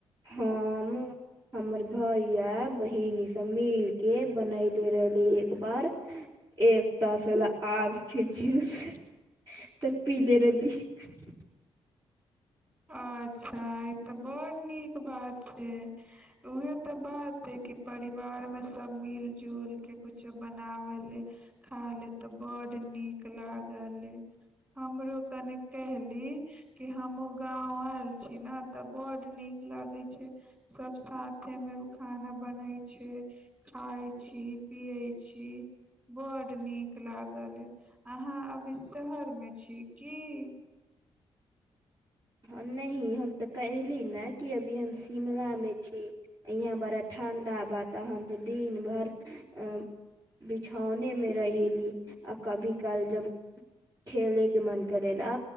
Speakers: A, on the right; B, on the right.
A: हँ हम हमर भैया बहिन सभ मिलके बनयले रहली एक बार। <unintelligible> एक तसला आम के जूस तऽ पीले रहली <unintelligible>
B: अच्छा ई तऽ बड़ नीक बात। छै उहे तऽ बात हइ कि परिवार मे सब मिल जुल के कुछो बनावे ले खा ले तऽ बड्ड नीक लागले। हमरो कनि केल कि हमो गाँंव आयल छी ने तऽ बड नीक लागे छैय सब साथे मे खाना बनै छैय खााय छी पिये छी बड नीक लागल अहाँ अभी शहर में छी की?
A: नहि हम तऽ कहली नय की अभी हम शिमलामे छी। यहाँ बड़ा ठण्ढा बा त हम तऽ दिन भरि <unintelligible> धने मे रह ली। कभी काल जब खेलैके मन करैेला